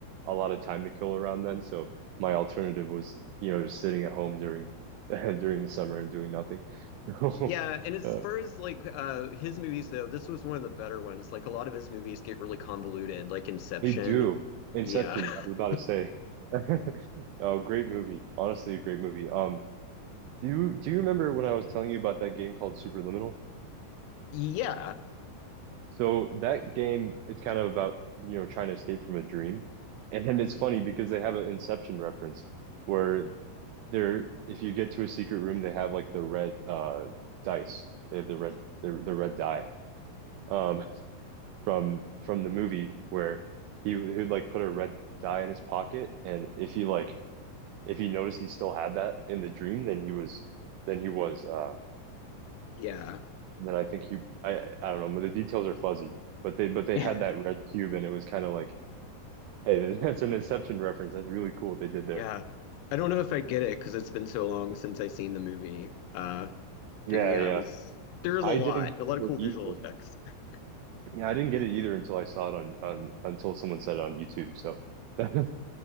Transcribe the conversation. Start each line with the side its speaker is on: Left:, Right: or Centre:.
Right: a lot of time to kill around then, so my alternative was you know just sitting at home during <laughs> during the summer and doing nothing. <laughs>
Left: Yeah, and as
Right: Uh,
Left: far as like uh his movies though, this was one of the better ones. Like a lot of his movies get really convoluted, like Inception.
Right: We do. Inception,
Left: Yeah.
Right: I was about
Left: <laughs>
Right: to say. <laughs> Oh, great movie. Honestly, a great movie. Um, do you do you remember when I was telling you about that game called Superliminal?
Left: Yeah.
Right: So that game, it's kind of about, you know, trying to escape from a dream. And then it's funny because they have an Inception reference where they're if you get to a secret room, they have like the red uh dice. They have the red the, the red die um from from the movie where he he would like put a red die in his pocket and if he like if he noticed he still had that in the dream, then he was then he was uh
Left: Yeah.
Right: then I think he I I don't know, the details are fuzzy, but they but they
Left: <laughs>
Right: had that red cube and it was kind of like, hey, <laughs> that's an Inception reference. That's really cool what they did there.
Left: Yeah. I don't know if I get it because it's been so long since I seen the movie. Uh
Right: Yeah,
Left: but yeah,
Right: yeah.
Left: it was there's
Right: I
Left: a lot,
Right: didn't
Left: a lot of
Right: get
Left: cool
Right: it either.
Left: visual effects. <laughs>
Right: Yeah, I didn't get it either until I saw it on on until someone said it on YouTube. So <laughs>